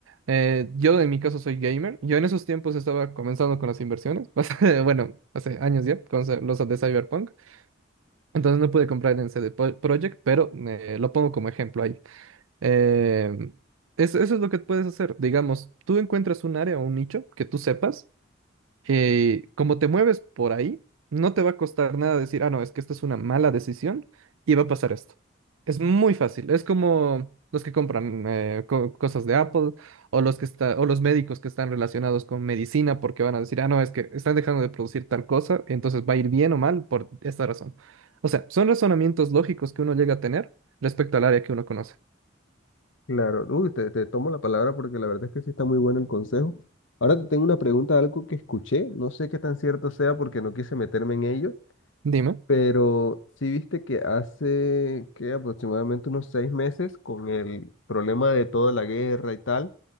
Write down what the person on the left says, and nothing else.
Claro. Uy, te, te tomo la palabra porque la verdad es que sí está muy bueno el consejo. Ahora te tengo una pregunta, algo que escuché, no sé qué tan cierto sea porque no quise meterme en ello.
Pero sí viste que hace que aproximadamente unos seis meses, con el problema de toda la guerra y tal,